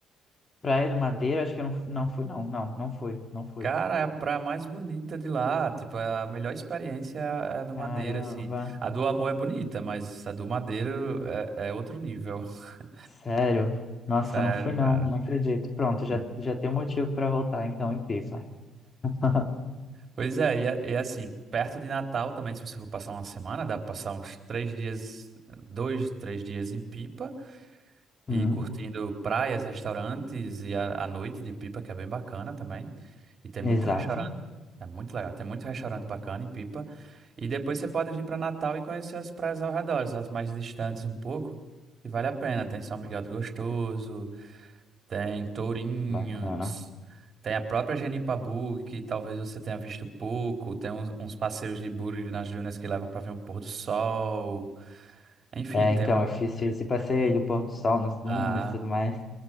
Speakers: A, on the left; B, on the right.
A: Praia do Madeira, acho que eu não, não fui, não. Não, não fui, não fui.
B: Cara, é a praia mais bonita de lá. Tipo, é a melhor experiência é a é a do
A: Caramba,
B: Madeiro, assim. A do Amor é bonita, mas a do Madeiro é, é outro nível. <laughs>
A: sério. Nossa,
B: Sério,
A: não fui, não,
B: cara.
A: não acredito. Pronto, já, já tem um motivo pra voltar, então, em Pipa. <laughs>
B: Pois é, e, é- e é assim, perto de Natal também, se você for passar uma semana, dá pra passar uns três dias, dois, três dias em Pipa
A: Hum,
B: e curtindo praias, restaurantes e a, a noite de Pipa, que é bem bacana também. E tem
A: exato.
B: muito restaurante É muito legal. Tem muito restaurante bacana em Pipa. E depois você pode vir para Natal e conhecer as praias ao redor, as mais distantes um pouco. que vale a pena. Tem São Miguel do Gostoso, tem Tourinhos,
A: Bacana.
B: tem a própria Genipabu, que talvez você tenha visto pouco. Tem uns, uns passeios de buggy nas dunas que levam para ver um pôr do sol. Enfim,
A: É,
B: tem
A: então,
B: um.
A: eu fiz esse passeio aí do pôr do sol nas dunas
B: Ah,
A: e tudo mais.